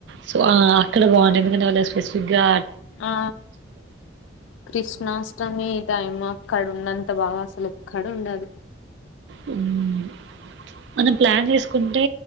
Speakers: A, on the right (about 70°); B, on the left (about 85°).
A: సో ఆ అక్కడ బాగుంటాయి ఎందుకంటే వాళ్ళ స్పెసిఫిక్ గా
B: ఆ కృష్ణాష్టమి టైమా అక్కడ ఉన్నంత బాగా అసలు ఎక్కడ ఉండదు
A: హ్మ్. మనం ప్లాన్ చేసుకుంటే